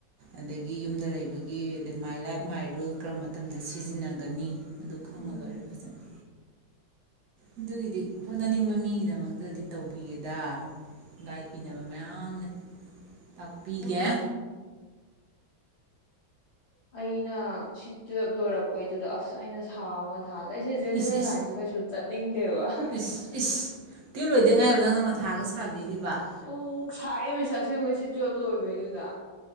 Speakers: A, on the right; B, on the left.
A: ꯑꯗꯒꯤ ꯌꯨꯝꯗ ꯂꯩꯕꯒꯤ ꯑꯗꯩ ꯃꯥꯏ ꯂꯥꯏꯐ ꯃꯥꯏ ꯔꯨꯜ ꯀꯔꯝꯕ ꯃꯇꯝꯗ ꯁꯤꯖꯤꯟꯅꯒꯅꯤ ꯑꯗꯨ ꯈꯪꯉ
B: ꯎꯝ
A: ꯂꯣꯏꯔꯦ ꯐꯖꯅ ꯑꯗꯨꯒꯤꯗꯤ ꯍꯣꯠꯅꯅꯤꯡꯕ ꯃꯤꯒꯤꯗꯃꯛꯇꯗꯤ ꯇꯧꯕꯤꯒꯦꯗ ꯒꯥꯏꯠ ꯄꯤꯅꯕ ꯃꯌꯥꯝ ꯂꯩ ꯇꯥꯛꯄꯤꯒꯦ
B: ꯍꯣꯏ ꯑꯩꯅ ꯁꯤ ꯇꯨꯋꯦꯜꯕ ꯂꯣꯏꯔꯛꯄꯩꯗꯨꯗ ꯑꯁ ꯑꯩꯅ ꯁꯥꯕ ꯊꯥꯁꯦ ꯑꯩꯁꯦ ꯖꯦꯅꯦꯔꯦꯜ
A: ꯏꯁ ꯏꯁ
B: ꯂꯥꯏꯟꯁꯦ ꯀꯩꯁꯨ ꯆꯠꯅꯤꯡꯗꯦꯕ
A: ꯏꯁ ꯏꯁ ꯇꯨꯌꯦꯜꯞ ꯂꯣꯏꯗ ꯉꯥꯏꯕ ꯅꯪꯅ ꯃꯊꯥꯒ ꯁꯥꯕꯤꯔꯤꯕ
B: ꯎꯝ ꯁꯥꯏꯌꯦꯃꯤꯁ ꯑꯁꯦꯡꯕꯩꯁꯤ ꯇꯨꯋꯦꯜꯕ ꯂꯣꯏꯕꯩꯗꯨꯗ